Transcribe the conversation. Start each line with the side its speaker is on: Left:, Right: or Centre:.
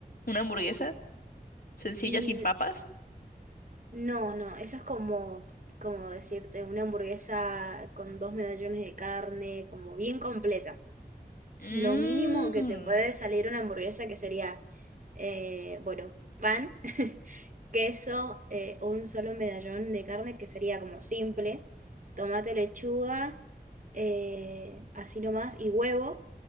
Left: ¿Una hamburguesa sencilla
Right: Y
Left: sin papas?
Right: no, no, eso es como, como decirte una hamburguesa con dos medallones de carne, como bien completa.
Left: Mmm.
Right: lo mínimo que te puede salir una hamburguesa, que sería, eh, bueno, pan, <laughs> queso, eh, un solo medallón de carne, que sería como simple, tomate, lechuga, eh, así nomás, y huevo,